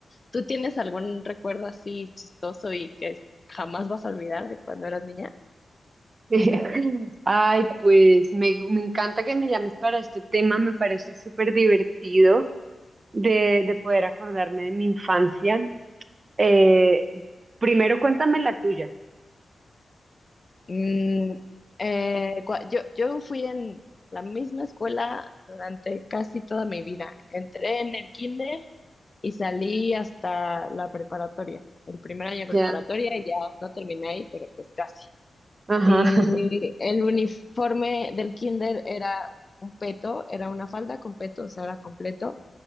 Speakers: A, on the left; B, on the right.
A: ¿Tú tienes algún recuerdo así chistoso y que jamás vas a olvidar de cuando eras niña?
B: <laughs> Ay, pues me, me encanta que me llames para este tema, me parece súper divertido de, de poder acordarme de mi infancia. Eh, primero cuéntame la tuya.
A: Mm, eh, cua- yo, yo fui en la misma escuela durante casi toda mi vida. Entré en el kinder y salí hasta la preparatoria, el primer año de preparatoria,
B: Ya,
A: y ya no terminé ahí, pero pues casi.
B: Ajá.
A: Y
B: <laughs>
A: el uniforme del kinder era un peto, era una falda con peto, o sea, era completo